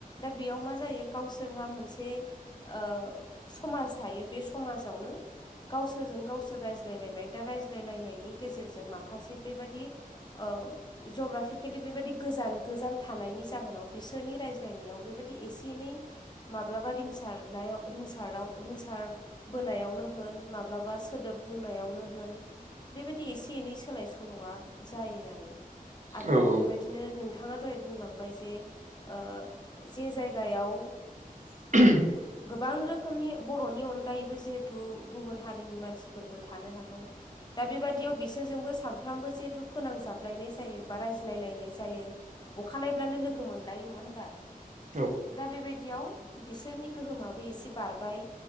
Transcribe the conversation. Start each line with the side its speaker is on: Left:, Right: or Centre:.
Left: दा बेयाव मा जायो गावसोरहा मोनसे ओ समाज थायो। बे समाजावनो गावसोरजों गावसोर रायज्लायलायबाय दा रायज्लायलायनायनि गेजेरजों माखासे बेबादि ओ ओ जग्राफिकेलि बेबायदि गोजान गोजान थानायनि जाहोनाव बिसोरनि रायज्लायनायाव बेबायदि ए से एनै माब्लाबा रिंसार नायाव रिंसाराव रिंसार बोनायावनो होन माब्लाबा सोदोब बुंनायावनो होन बेबायदि एसे एनै सोलाय सोल'आ जायो आरो। आरो
Right: औ
Left: बेबायदिनो नोंथ थाङा दहाय बुंलांबाय जे-ओ जे जायगायाव
Right: <unintelligible>
Left: गोबां रोखोमनि बर'नि अनगायैबो जिहेथु गुबुन हारिनि मानसिफोरबो थानो हागौ दा बेबादियाव बिसोरजोंबो सानफ्रामबो जिहेथु फोनांजाबलायनाय जायो बा रायज्लायलायनाय जायो। अखानायब्लानो लोगो मोनलायो नङा होमबा
Right: औ
Left: दा बेबायदियाव बिसोरनि गोहोमा बो एसे बारबाय